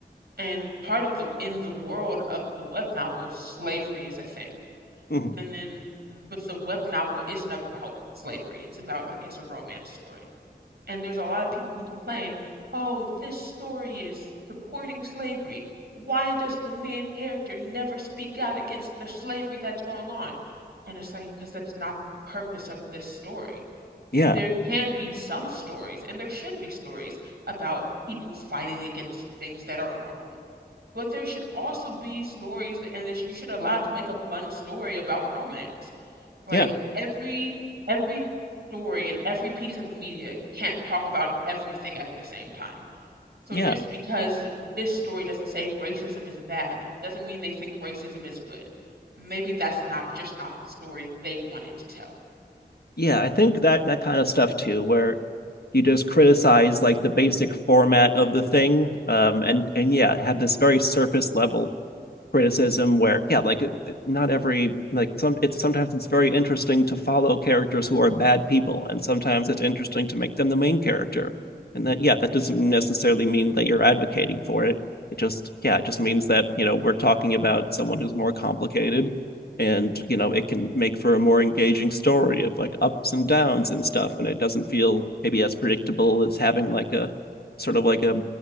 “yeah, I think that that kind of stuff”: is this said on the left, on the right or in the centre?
Left